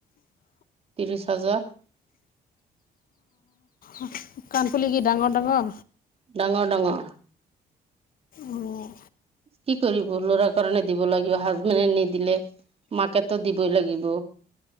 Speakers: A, on the right; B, on the left.
A: ত্ৰিশ হাজাৰ।
B: অ' কাণফুলি কি ডাঙৰ ডাঙৰ?
A: ডাঙৰ ডাঙৰ।
B: অ',
A: কি কৰিব লৰা কাৰণে দিব লাগিব, হাজবেণ্ডে নিদিলে। মাকেতো দিবই লাগিব।